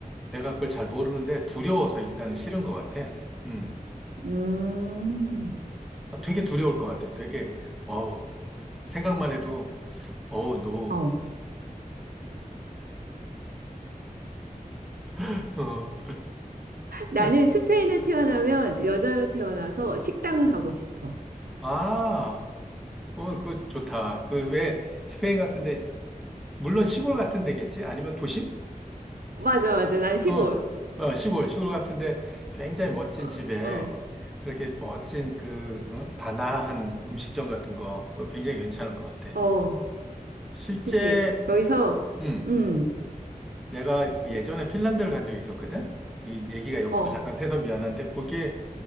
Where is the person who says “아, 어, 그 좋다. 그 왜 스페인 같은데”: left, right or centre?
Centre